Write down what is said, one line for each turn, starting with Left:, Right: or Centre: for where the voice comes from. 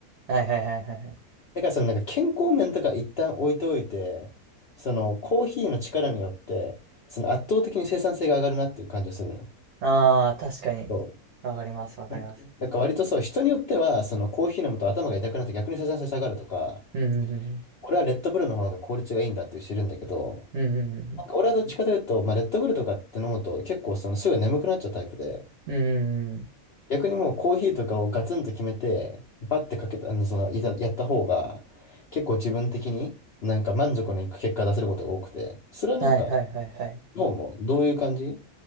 Right: はいはいはいはいはい。
Left: だからそのなんか健康面とか一旦置いておいて、そのコーヒーの力によって、その圧倒的に生産性が上がるなっていう感じがするのよ。
Right: ああ、確かに。
Left: そう。
Right: わかります、わかります。
Left: なんか、なんか割とそう、人によっては、そのコーヒー飲むと頭が痛くなって逆に生産性下がるとか、
Right: うんうんうんうん。
Left: 俺はレッドブルの方が効率がいいんだっていう人いるんだけど、
Right: うんうんうんうん。
Left: なんか俺はどっちかというと、まあ、レッドブルとかって飲むと結構そのすぐ眠くなっちゃうタイプで、
Right: うんうんうん。
Left: 逆にもうコーヒーとかをガツンと決めて、バッてかけた、あの、その、いざやった方が、結構自分的になんか満足のいく結果出せることが多くて、それはなんか、
Right: はいはいはいはい。
Left: どうも、どういう感じ